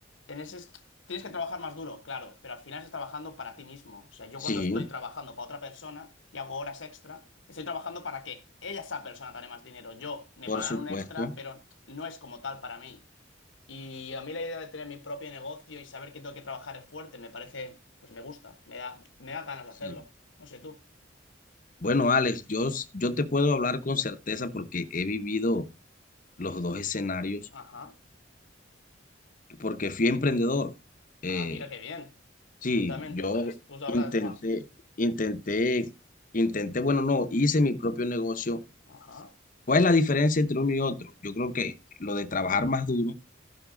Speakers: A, on the left; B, on the left.
A: en ese, Tienes que trabajar más duro, claro, pero al final estás trabajando para ti mismo. O sea, yo
B: Sí,
A: cuando estoy trabajando para otra persona y hago horas extra, estoy trabajando para que ella, esa persona, gane más dinero. Yo me
B: por
A: pagarán
B: supuesto.
A: un extra, pero no es como tal para mí. Y a mí la idea de tener mi propio negocio y saber que tengo que trabajar es fuerte, me parece, pues me gusta, me da, me da ganas de
B: Sí.
A: hacerlo. No sé tú.
B: Bueno, Alex, yo, s- yo te puedo hablar con certeza porque he vivido los dos escenarios,
A: Ajá.
B: porque fui emprendedor. Eh,
A: Ah, mira qué bien.
B: sí,
A: Cuéntame entonces,
B: yo
A: tú sabrás
B: intenté,
A: más.
B: intenté, intenté, bueno, no, hice mi propio negocio.
A: Ajá.
B: ¿Cuál es la diferencia entre uno y otro? Yo creo que lo de trabajar más duro